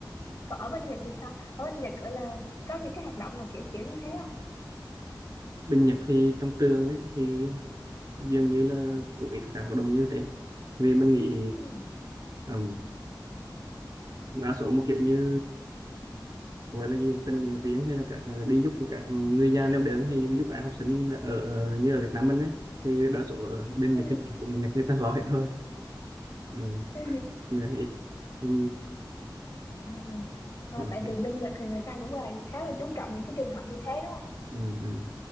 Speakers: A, on the left; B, on the right.
A: còn ở bên Nhật thì sao? Ở bên Nhật gọi là có những cái hoạt động nào kiểu kiểu như thế không?
B: Bên Nhật thì trong trường ấy thì dường như là cũng ít các hoạt động như thế vì mình nghĩ
A: Ừ.
B: um, đa số một kiểu như gọi là gì tình nguyện viên hay là các đi giúp các người già neo đơn hay giúp các học sinh ở ở- như ở Việt Nam mình ấy thì đa số ở bên
A: Ừ.
B: Nhật thì cũng Nhật người ta lo hết thôi ừ.
A: Ừ.
B: các- người thì ít ừ.
A: Ờ. Ờ,
B: ok.
A: tại vì bên Nhật thì người ta cũng là khá là chú trọng những cái trường hợp như thế đúng
B: Ừ. Ừ.